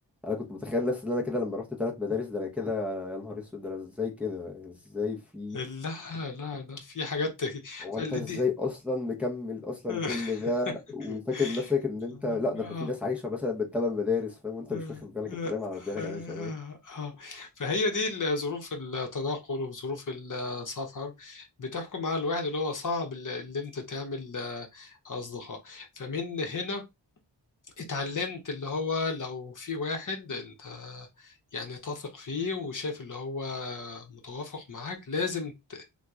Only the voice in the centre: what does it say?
انا كنت متخيل نفسي ان انا كده لما رحت ثلاث مدارس ده انا كده يا نهار اسود ده انا ازاي كده ازاي في
هو
انت ازاي اصلا مكمل اصلا
كل ده وفاكر نفسك ان انت لا ده
في ناس عايشه مثلا بالثمان مدارس فاهم وانت
مش واخد بالك انت نايم على ودانك
يا باشا
فاهم